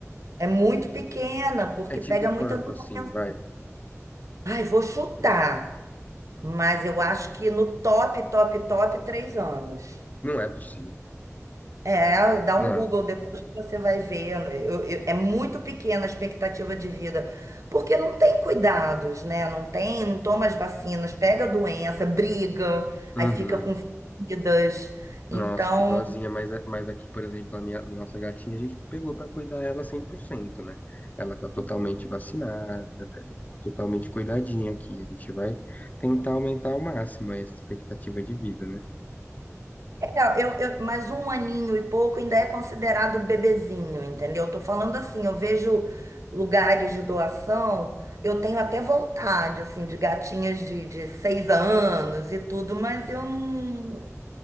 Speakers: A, on the right; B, on the left.
A: É muito pequena, porque
B: É tipo
A: pega
B: quanto,
A: muita doença.
B: assim, vai?
A: Ai, vou chutar, mas eu acho que no top, top, top, três anos.
B: Não é possível.
A: É, dá
B: Não.
A: um Google depois que você vai ver. Eu- eu- é muito pequena a expectativa de vida, porque não tem cuidados, né? Não tem, não toma as vacinas, pega a doença, briga,
B: Uhum.
A: aí fica com feridas.
B: Nossa,
A: Então,
B: que dozinha, mas, a- mas aqui, por exemplo, a minha, nossa gatinha, a gente pegou pra cuidar ela cem por cento né? Ela tá totalmente vacinada, né? Ela tá totalmente cuidadinha aqui. A gente vai tentar aumentar ao máximo aí essa expectativa de vida, né?
A: é, eu, eu, mas um aninho e pouco ainda é considerado bebezinho, entendeu? Eu tô falando assim, eu vejo lugares de doação, eu tenho até vontade, assim, de gatinhas de, de seis anos e tudo, mas eu não.